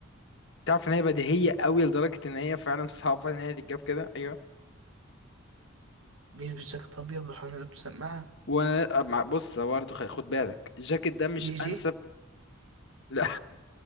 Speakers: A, on the left (about 60°); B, on the right (about 70°).
A: تعرف إن هي بديهية قوي لدرجة إن هي فعلا <laughs> صعبة إن هي تتجاب كده أيوه
B: بيلبس جاكيت أبيض وحوالين رقبته سماعة
A: وأنا مع بص برضه خ- خد بالك الجاكيت ده مش
B: دي جي
A: أنسب لا